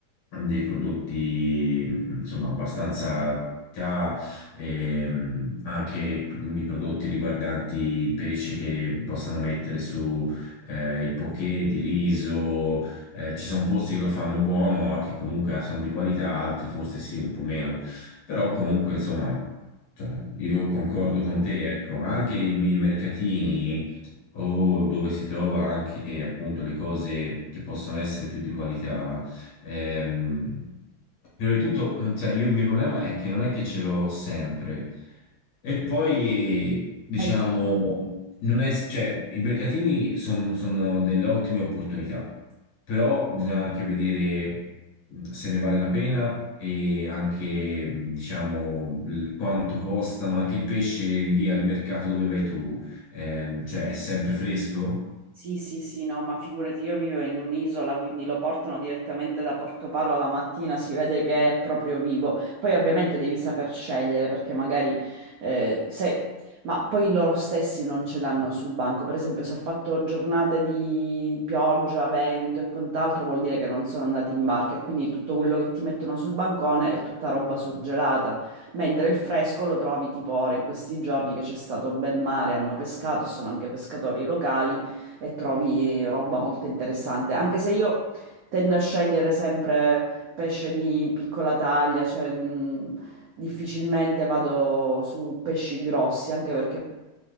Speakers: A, on the left; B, on the right.
A: dei prodotti, mh, insomma, abbastanza... di qualità, e, mh, anche i prodotti riguardanti il pesce che possono mettere su eh, i poké di riso, eh, ci sono posti che lo fanno buono, che comunque sono di qualità, altri forse sì, un po' meno, però comunque insomma, cioè, io concordo con te, ecco, anche i, i mercatini o dove si trova anche appunto le cose che possono essere più di qualità. Ehm, Prima di tutto, eh, cioè, io il mio problema è che non è che ce l'ho sempre. E poi, diciamo,
B: E
A: non è, cioè, i mercatini son- sono delle ottime opportunità, però bisogna anche vedere mh, se ne vale la pena e anche, mh, diciamo, il- quanto costano. Anche il pesce lì al mercato dove vai tu, ehm, cioè, è sempre fresco?
B: Sì, sì, sì, no, ma figurati, io vivo in un'isola, quindi lo portano direttamente da Porto Portopalo la mattina, si vede che è proprio vivo. Poi ovviamente devi saper scegliere, perché magari eh, se... Ma poi loro stessi non ce l'hanno sul banco. Per esempio, se ha fatto giornate di pioggia, vento e quant'altro, vuol dire che non sono andati in barca e quindi tutto quello che ti mettono sul bancone è tutta roba surgelata. Mentre il fresco lo trovi tipo ora, in questi giorni che c'è stato bel mare, hanno pescato e sono anche pescatori locali e trovi roba molto interessante. Anche se io tendo a scegliere sempre pesce di piccola taglia, cioè mh, difficilmente vado su pesci grossi, anche perché